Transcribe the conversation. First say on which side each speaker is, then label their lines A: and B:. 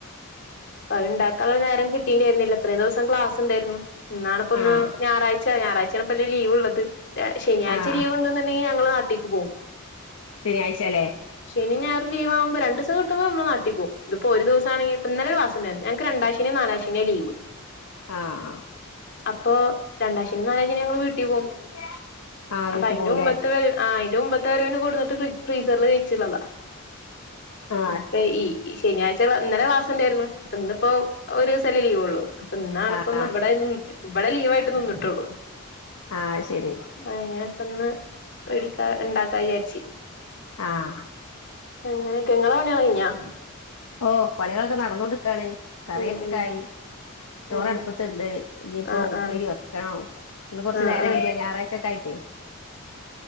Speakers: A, on the left; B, on the left.
A: പത്ണ്ടാക്കാൻള്ള നേരം കിട്ടീണ്ടായ്രുന്നില്ല. ത്രേം ദെവസം ക്ലാസ് സ് ണ്ടായിരുന്നു ന്നാണ്പ്പൊന്ന്
B: ആഹ്
A: ഞായറാഴ്ച ഞായറാഴ്ചാണപ്പ ല്ലൊ ലീവ്ള്ളത് ഏ ശനിയാഴ്
B: ആഹ്
A: ച്ചിരി
B: ആഹ്
A: ഒഴിവുണ്ടുന്നുണ്ടെങ്കി ഞങ്ങള് നാട്ടീക്ക് പോവും
B: ശനിയാഴ്ചല്ലേ
A: ശനിയും ഞായറും ലീവാവുമ്പ രണ്ട് സം കിട്ടുമ്പോ നമ്മള് നാട്ടീപോവും. ത്പ്പോ ഒരു ദിവസാണെങ്കി പ്പ ന്നലെ ളാസ് ണ്ടാരുന്നു. ഞങ്ങക്ക് രണ്ടാം ശനിയും നാ നാലാം ശനിയു ആ ലീവ്
B: ആഹ് ആഹ്
A: അപ്പൊ രണ്ടാം ശനിയും നാലാം ശനിയും ഞങ്ങള് വീട്ടി പോവും.
B: <inaudible>
A: അപ്പൊ
B: വീട്ട്
A: അയിന്റെ
B: പോവുലേ
A: മുമ്പത്തെ വരെ ആ അയിന്റെ മുമ്പത്തെ വരവിന് കൊടുന്നിട്ട് ഫ്രി ഫ്രീസറില് വെച്ചി ള്ളതാ
B: അ
A: അപ്പൊ ഇ ഈ ശനിയാഴ്ച ന്നലെ ക്ലാസ്ണ്ടായിരുന്നു. പക്ഷെ ന്നിപ്പോ ഒരോസല്ലെ ലീവുള്ളു. അപ്പൊ ന്നാണ്
B: ആഹ്
A: പ്പൊ ന്ന് വടെൻ വടെ ലീവായ്ട്ട് നിന്നിട്ടുള്ളൂ
B: ആഹ് ശരി
A: ആഹ് ഞാൻ പ്പന്ന് <unintelligible> ണ്ടാക്കാ ചാരിച്ച്.
B: ആഹ്
A: എങ്ങനൊക്കെ ങ്ങളെ പണിയള് കഴിഞ്ഞാ?
B: ഓഹ് പണികളൊക്കെ നടന്നോണ്ട്ക്കാണ് കറിയൊക്കായി.
A: ഉം ഉം
B: ചോറടുപ്പത്തുണ്ട്
A: അങ്ങനെ
B: ഇനിയിപ്പോ
A: ആ
B: ഉപ്പേരി
A: ആ
B: വെക്കണം. ന്ന് കൊർച്ച്
A: ആ
B: നേര
A: ആ
B: വൈ കിയ ഞായറാഴ്ചൊക്കായിട്ടേ